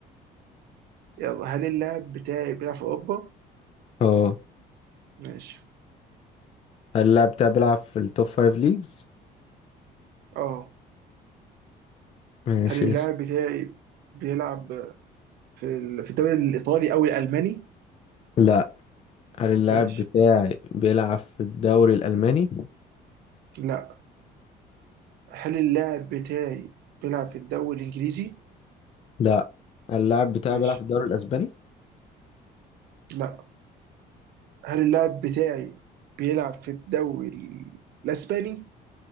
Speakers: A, on the right; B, on the left.
A: يلا هل اللاعب بتاعي بيلعب في اوروبا؟
B: اه
A: ماشي
B: هل اللاعب بتاعي بيلعب في التوب فايف ليجز؟
A: اه
B: ماشي
A: هل اللاعب
B: يس.
A: بتاعي بيلعب في ال- في الدوري الايطالي او الالماني؟
B: لا هل اللاعب
A: ماشي
B: بتاعي بيلعب في الدوري الألماني؟
A: لا هل اللاعب بتاعي بيلعب في الدوري الإنجليزي؟
B: لا هل اللاعب بتاعي
A: ماشي
B: بيلعب في الدوري الأسباني؟
A: لا هل اللاعب بتاعي بيلعب في الدوري الإسباني؟